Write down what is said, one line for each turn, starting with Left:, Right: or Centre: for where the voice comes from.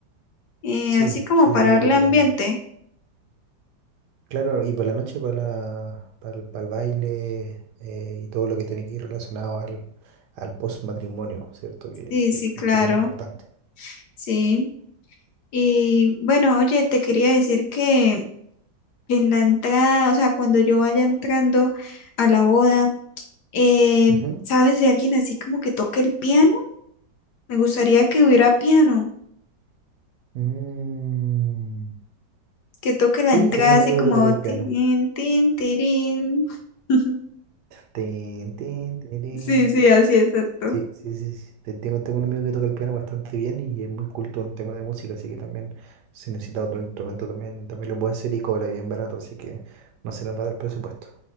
Left: eh,
Right: Sí,
Left: así como
Right: sí,
Left: para
Right: yo
Left: darle
Right: creo que...
Left: ambiente.
Right: Claro, y para la noche, para la, para el, para el baile eh, y todo lo que tiene que ir relacionado al, al post-matrimonio, ¿cierto? Que,
Left: Sí,
Right: que,
Left: sí,
Right: que
Left: claro,
Right: bien importante.
Left: sí. Y bueno, oye, te quería decir que en la entrada, o sea, cuando yo vaya entrando a la boda, eh,
Right: Ujú.
Left: ¿sabes de alguien así como que toque el piano? Me gustaría que hubiera piano,
Right: Mm,
Left: que toque
Right: Sí,
Left: la entrada
Right: tengo un
Left: así
Right: amigo
Left: como
Right: que toca el
Left: tin,
Right: piano.
Left: tin, tirín. <laughs>
Right: Tin, tin, tirín.
Left: Sí, sí, así exacto.
Right: Sí, sí, sí, sí. Te- Tengo, tengo un amigo que toca el piano bastante bien y es muy culto en temas de música, así que también si necesita otro instrumento también, también lo puede hacer y cobra bien barato, así que no se nos va a dar presupuesto.